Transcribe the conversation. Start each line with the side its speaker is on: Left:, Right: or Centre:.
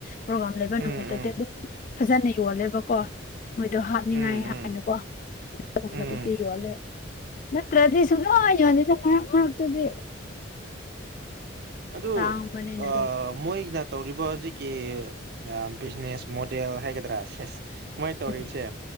Left: ꯄ꯭ꯔꯣꯒꯥꯝ ꯂꯩꯕ
Right: ꯎꯝ
Left: ꯅꯨꯃꯤꯠꯇꯗꯤ
Right: ꯎꯝ
Left: ꯑꯗꯨꯝ ꯐꯖꯅ ꯌꯣꯜꯂꯦꯕꯀꯣ ꯃꯣꯏꯗꯣ ꯍꯥꯞꯅꯤꯡꯉꯥꯏ
Right: ꯎꯝ
Left: ꯍꯥꯏꯅꯀꯣ
Right: ꯎꯝ
Left: ꯑꯗꯨꯒꯨꯝꯕꯗꯗꯤ
Right: ꯎꯝ
Left: ꯌꯣꯜꯂꯦ ꯅꯠꯇ꯭ꯔꯗꯤ ꯁꯨꯡꯌꯣꯟ ꯌꯣꯟꯗꯦꯗ ꯃꯔꯛꯇ ꯃꯔꯛꯇꯗꯤ꯫
Right: ꯑꯗꯨ
Left: ꯇꯥꯡꯕꯅꯤꯅ
Right: ꯑꯥ
Left: ꯑꯗꯨꯝ
Right: ꯃꯣꯏꯅ ꯇꯧꯔꯤꯕ ꯍꯧꯖꯤꯛꯀꯤ ꯕꯤꯖꯤꯅꯦꯁ ꯃꯣꯗꯦꯜ ꯍꯥꯏꯒꯗ꯭ꯔꯥ ꯁꯦꯁ ꯃꯣꯏꯅ ꯇꯧꯔꯤꯕꯁꯦ
Left: ꯎꯝ